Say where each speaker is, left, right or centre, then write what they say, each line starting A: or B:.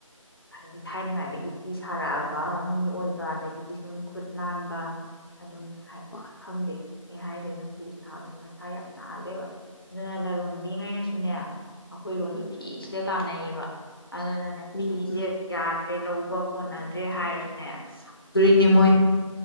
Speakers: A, on the left; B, on the left.
A: ꯍꯥꯏꯗꯤ ꯊꯥꯏꯅꯉꯥꯏꯗꯒꯤ ꯐꯤ ꯁꯥꯔꯛꯑꯕ ꯃꯤ ꯑꯣꯏꯕ ꯑꯗꯒꯤꯗꯤ ꯁꯨꯝ ꯈꯨꯠ ꯅꯥꯟꯕ ꯑꯗꯨꯝ ꯍꯥꯏ
B: ꯍꯣꯏ
A: ꯈꯪꯗꯦ ꯍꯥꯏꯗꯅꫭ ꯐꯤ ꯁꯥꯕꯁꯦ ꯃꯁꯥ ꯌꯥꯝ ꯅꯥꯜꯂꯦꯕ ꯑꯗꯨꯅ ꯂꯂꯣꯟꯕꯤꯉꯩꯅꯁꯨꯅꯦ ꯑꯩꯈꯣꯏꯔꯣꯝꯒꯤ
B: ꯎꯝ
A: ꯐꯤꯁꯤꯗ ꯇꯥꯟꯅꯩꯌꯦꯕ ꯑ <unintelligible> ꯑꯗꯨꯅꯅꯦ
B: ꯎꯝ
A: ꯐꯤꯁꯦ
B: ꯎꯝ
A: ꯌꯥꯗꯦ ꯗꯦ ꯂꯧꯕ ꯀꯣꯟꯅꯗ꯭ꯔꯦ ꯍꯥꯏꯔꯁꯨꯅꯦ ꯁꯪꯗꯣꯔꯤꯅꯦ ꯃꯣꯏ